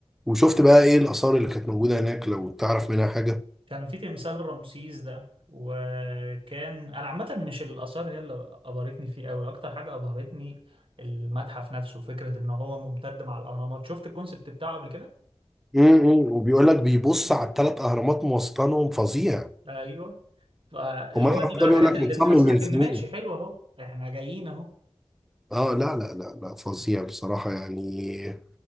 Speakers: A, in the centre; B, on the right (about 55°).
A: وشفت بقى ايه الآثار اللي كانت موجودة هناك لو تعرف منها حاجة
B: كان في تمثال رمسيس ده وكان انا عامه مش الاثار هي اللي ابهرتني فيه قوي اكتر حاجه ابهرتني المتحف نفسه فكره ان هو ممتد مع الاهرامات شفت الكونسبت بتاعه قبل كده
A: امم وبيقول لك بيبص على الثلاث اهرامات موصلانهم فظيع
B: ايوه فاللي
A: ومتحف
B: هو دي بقى
A: ده بيقول
B: حاجات
A: لك
B: اللي
A: متصمم
B: بتحسسك
A: من سنين
B: ان ماشي حلو اهو احنا جايين اهو
A: اه لا لا لا لا فظيع بصراحه يعني